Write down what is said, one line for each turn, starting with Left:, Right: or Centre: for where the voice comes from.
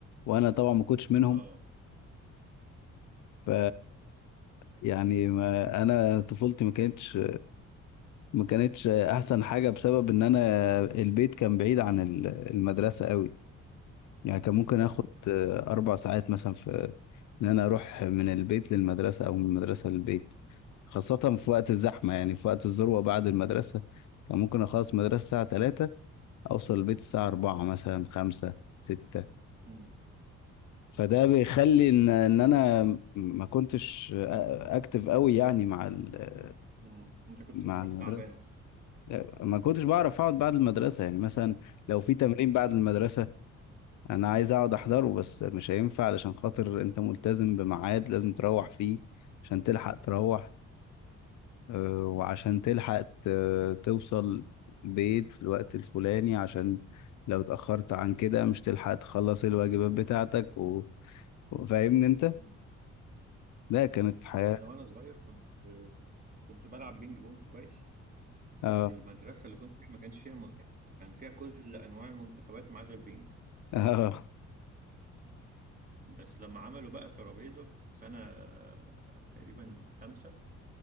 Left: وانا طبعا ما كنتش منهم
Right: اه
Left: ف يعني ما انا طفولتي ما كانتش ما كانتش احسن
Right: امم
Left: حاجة بسبب ان انا البيت كان بعيد عن ال- المدرسة قوي يعني كان ممكن اخد
Right: امم
Left: آه، اربع ساعات مثلا في ان انا اروح من البيت للمدرسه او من المدرسه للبيت خاصه في وقت الزحمه يعني في وقت الذروه بعد المدرسه كان ممكن اخلص مدرسه الساعه 3 اوصل البيت الساعه 4 مثلا 5 6
Right: امم
Left: فده بيخلي ان ان انا م- ما كنتش آه، اكتف قوي يعني مع ال-
Right: أمم. انت كنت
Left: مع
Right: بتروح
Left: المدرسه
Right: تعبان اصلا
Left: لا، ما كنتش بعرف اقعد بعد المدرسه يعني مثلا لو في تمرين
Right: امم
Left: بعد المدرسه انا عايز اقعد احضره بس مش هينفع علشان خاطر انت ملتزم بميعاد لازم تروح فيه عشان تلحق تروح آه، وعشان تلحق ت- توصل البيت في الوقت الفلاني عشان لو اتأخرت عن كده مش تلحق تخلص الواجبات بتاعتك و... وفاهمني انت
Right: امم
Left: لا كانت حياة
Right: لا انا وانا صغير كنت آه، كنت بلعب بينج بونج كويس بس
Left: اه
Right: المدرسة اللي كنت فيها ما كانش فيها م... كان فيها كل انواع المنتخبات ما عدا البينج
Left: <laughs> اه
Right: بس لما عملوا بقى الترابيزة في سنة آه، تقريبا خمسة